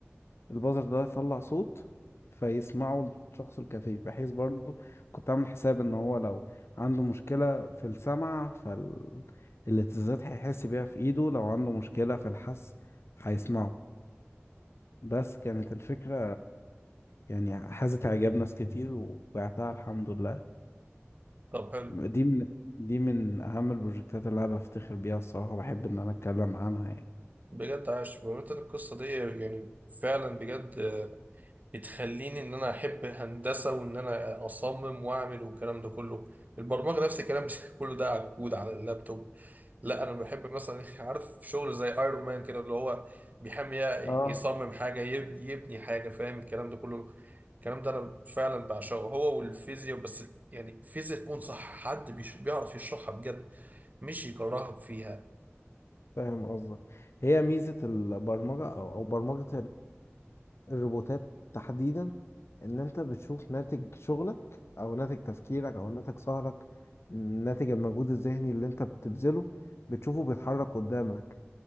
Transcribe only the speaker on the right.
طب حلو
بجد عاش بمناسبة القصه دي يعني فعلا بجد بتخليني ان انا احب هندسه وان انا اصمم واعمل والكلام ده كله البرمجه نفس الكلام <laughs> كله ده على الكود على اللابتوب لا انا بحب مثلا <laughs> عارف شغل زي ايرون مان كده اللي هو بيحمي
يصمم حاجه يبني يبني حاجه فاهم الكلام ده كله الكلام ده انا فعلا بعشقه هو والفيزياء بس يعني الفيزياء تكون صح حد بيش- بيعرف يشرحها بجد مش يكرهك فيها